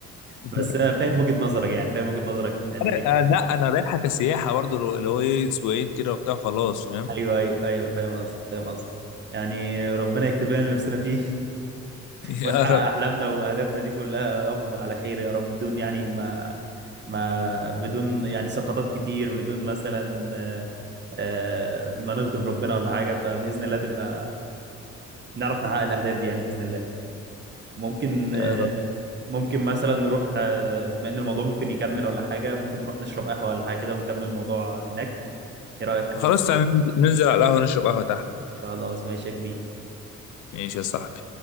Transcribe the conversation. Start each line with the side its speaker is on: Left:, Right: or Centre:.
Left: <laughs>
Right: بس انا فاهم وجهة نظرك يعني فاهم وجهة نظرك يعني
Left: انا
Right: ليه
Left: آه، لا انا رايحه كسياحه برضو اللي هو اللي هو ايه اسبوعين كده وبتاع خلاص فاهم
Right: ايوه ايوه ايوه فاهم قصدك فاهم قصدك يعني ربنا يكتب لنا اللي نفسنا فيه
Left: <laughs> يا
Right: ونحقق
Left: رب
Right: احلامنا واهدافنا دي كلها يا رب على خير يا رب بدون يعني ما ما بدون يعني سقطات كتير بدون مثلا آه، آه، ما نغضب ربنا ولا حاجه فباذن الله تبقى نعرف نحقق الاهداف دي يعني باذن الله ممكن
Left: يا
Right: آه،
Left: رب
Right: ممكن مثلا نروح آه، بما ان الموضوع ممكن يكمل ولا حاجه ممكن نروح نشرب قهوه ولا حاجه كده ونكمل الموضوع هناك ايه رايك
Left: خلاص تعالى ننزل ننزل على القهوه نشرب قهوه تحت
Right: خلاص ماشي يا كبير
Left: ماشي يا صاحبي